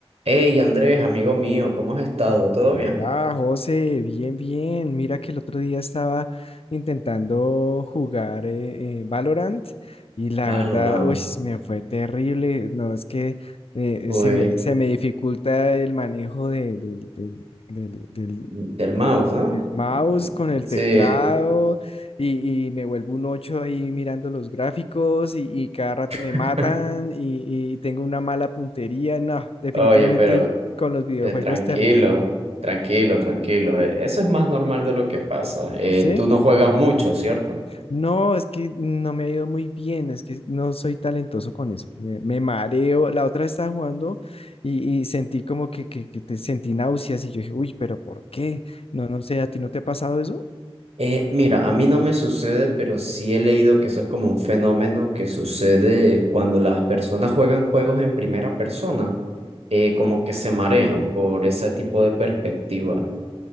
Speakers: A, on the right; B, on the left.
A: Hey Andrés, amigo mío, ¿cómo has estado? ¿Todo
B: Hola,
A: bien?
B: José, bien, bien. Mira que el otro día estaba intentando jugar eh, eh, Valorant y la
A: Valorant.
B: verdad, uy, me fue terrible. No, es que eh,
A: Uy,
B: se me, se me dificulta el manejo de- del, del- del- del-
A: del mouse,
B: del-
A: ¿no?
B: del mouse con el
A: Sí.
B: teclado y, y me vuelvo un 8 ahí mirando los gráficos y, y cada rato me
A: <laughs>
B: matan y, y tengo una mala puntería. No, definitivamente
A: Oye, pero
B: con los videojuegos
A: eh, tranquilo,
B: terrible.
A: tranquilo, tranquilo. eh, Eso es más normal de lo que pasa. Eh,
B: ¿Sí?
A: tú no juegas mucho, ¿cierto?
B: No, es que no me ha ido muy bien, es que no soy talentoso con eso, me, me mareo. La otra vez estaba jugando y, y sentí como que, que, que te sentí náuseas y yo dije, uy, pero ¿por qué? No, no sé, ¿a ti no te ha pasado eso?
A: Eh, mira, a mí no me sucede, pero sí he leído que eso es como un fenómeno que sucede cuando las personas juegan juegos en primera persona, eh, como que se marean por ese tipo de perspectiva.